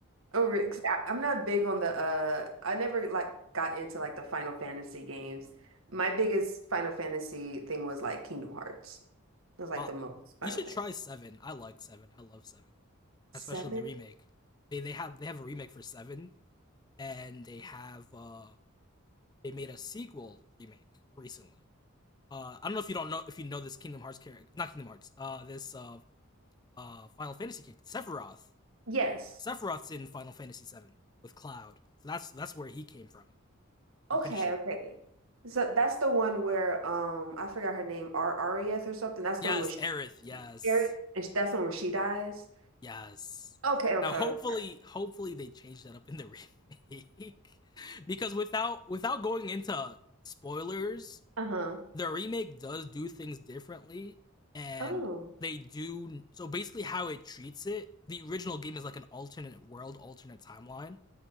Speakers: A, on the right; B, on the left.
A: Oh, re- 'cause I, I'm not big on the uh I never like got into like the Final Fantasy games. My biggest Final Fantasy thing was like Kingdom Hearts. It was like
B: Wow.
A: the most Final
B: You should
A: Fantasy.
B: try 7. I like 7. I love 7.
A: Seven?
B: Especially the remake. They they have they have a remake for 7 and they have uh they made a sequel remake recently uh, I don't know if you don't know if you know this Kingdom Hearts character, not Kingdom Hearts, uh, this uh, uh, Final Fantasy character, Sephiroth.
A: Yes.
B: Sephiroth's in Final Fantasy VII with Cloud, so that's that's where he came from.
A: Okay,
B: I'm pretty sure.
A: okay. So that's the one where um I forgot her name, Ar Arieth or something. That's
B: Yes,
A: the one where she
B: Aerith. Yes,
A: Aerith, and that's the one where she dies.
B: yes.
A: Okay, okay.
B: Now, hopefully, hopefully they change that up in the remake, <laughs> because without without going into spoilers,
A: Uh-huh.
B: the remake does do things differently and
A: Oh.
B: they do so basically how it treats it the original game is like an alternate world alternate timeline